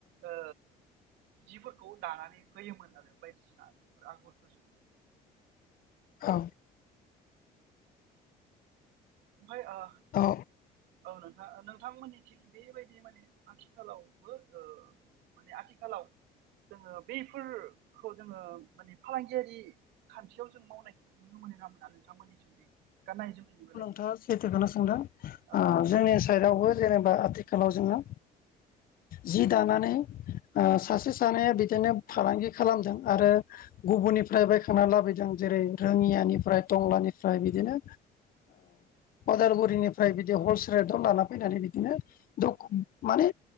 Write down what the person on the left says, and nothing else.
औ
औ
थाङा सैथो खौनो सोंदों
जोंनि साइदआवबो जेनेबा आथिखालाव जोङो जि दानानै ओ सासे सानैया बिदिनो फालांगि खालामदों आरो गुबुननिफ्राय बायखांना लाबोदों जेरै नोंथां रोङियानिफ्राय टंलानिफ्राय बिदिनो उदालगुरिनिफ्राय बिदि हलसेल रेटआव लाना फैनानै बिदिनोख माने